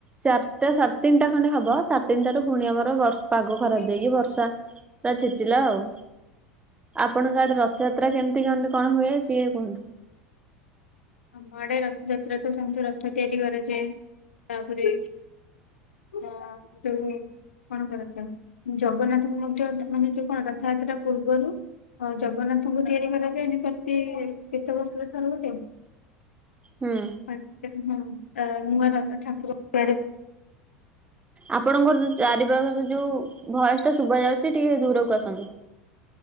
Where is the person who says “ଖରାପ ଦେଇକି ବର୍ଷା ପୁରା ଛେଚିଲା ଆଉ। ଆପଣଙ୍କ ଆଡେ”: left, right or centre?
Right